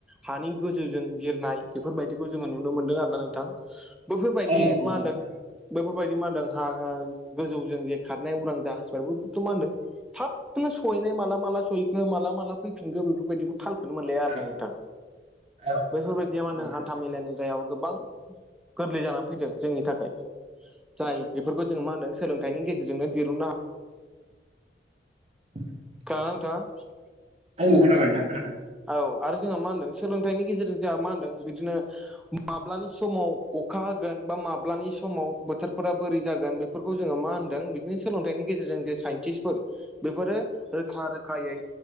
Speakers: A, in the centre; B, on the right.
A: हानि गोजौजों बिरनाय बेफोरबायदिखौ जोंङो नुनो मोनदों आरो ना नोंथां बेफोरबायदि
B: औ नंगौ
A: मा होनदों
B: नोंथां
A: बेफोरबायदि मा होनदों हा गोजौजों जे खारनाय अरां जाहाज बेफोरखौ मा होनदों थाबनो सहैनाय माला माला सहैखो माला माला फैफिनखो बेफोरबायदिखौ थालखौनो मोनलाया आरोना
B: औ
A: नोंथां
B: औ
A: बैफोरबायदिया
B: औ
A: मा
B: नंगौ
A: होनदों
B: नोंथां
A: हान्था मेलानि जायाव गोबां गोरलै जानानै फैदों जोंनि थाखाय जाय बेफोरखौ जों मा होनदों सोलोंथाइनि गेजेरजोंनो दिरुननो हायो।
B: <inaudible>
A: <unintelligible>
B: औ खोनाबाय नोंथां खोनादों
A: औ आरो जोंहा मा होनदों सोलोंथाइनि गेजेरजों जोंहा मा होनदों बिदिनो माब्लानि समाव अखा होगोन बा माब्लानि समाव बोथोरफोरा बोरै जागोन बे फोरखौ जोङो मा होनदों बिदिनो सोलोंथाइनि गेजेरजों जे साइन्टिस्टफोर बेफोरो रोखा रोखायै